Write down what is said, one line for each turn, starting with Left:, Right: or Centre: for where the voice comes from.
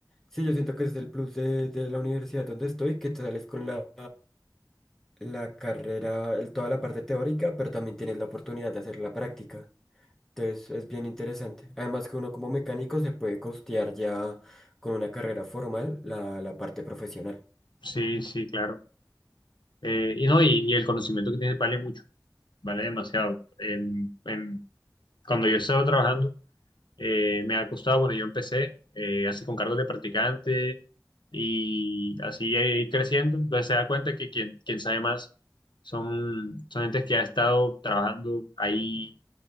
Centre: Sí, yo siento que ese es el plus de, de la universidad donde estoy, que te sales con la, la carrera, el- toda la parte teórica, pero también tienes la oportunidad de hacer la práctica. Entonces es bien interesante. Además que uno como mecánico se puede costear ya con una carrera formal la, la parte profesional.
Left: Sí, sí, claro. Eh, y no, y, y el conocimiento que tienes vale mucho, vale demasiado. En- en- cuando yo estaba trabajando, Eh, me ha costado, bueno, yo empecé eh, así con cargos de practicante y así ir creciendo. Entonces se da cuenta que quien, quien sabe más son, son gente que ha estado trabajando ahí,